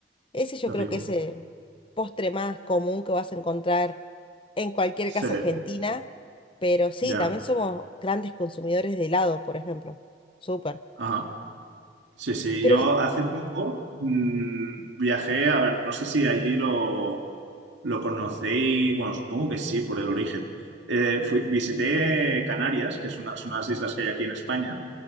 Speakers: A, on the left; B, on the right.
A: Ese yo
B: qué
A: creo
B: rico.
A: que es el postre más común que vas a encontrar en cualquier
B: Sí,
A: casa argentina. Pero sí,
B: ya.
A: también somos grandes consumidores de helado, por ejemplo. Súper.
B: Ajá. Sí, sí,
A: Pero
B: yo
A: n-
B: hace poco mm, viajé, a ver, no sé si allí lo, lo conocéis, bueno, supongo que sí, por el origen. Eh, fui, visité Canarias, que es una- son unas islas que hay aquí en España,